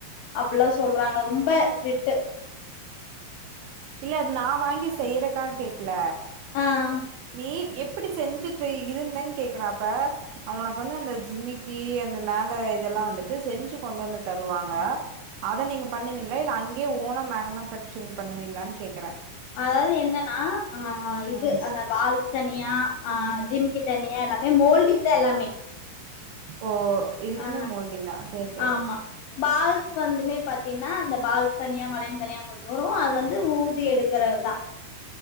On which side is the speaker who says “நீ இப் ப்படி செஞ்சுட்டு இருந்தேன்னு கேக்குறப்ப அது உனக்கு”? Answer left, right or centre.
Right